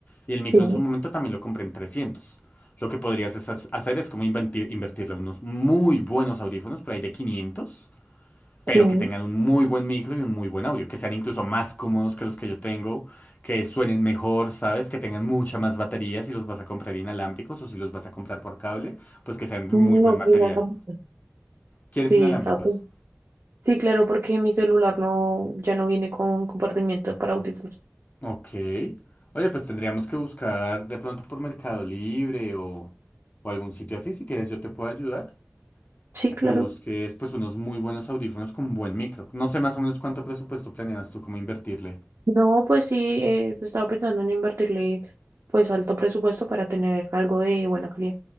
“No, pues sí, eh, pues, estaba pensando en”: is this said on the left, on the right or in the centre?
Right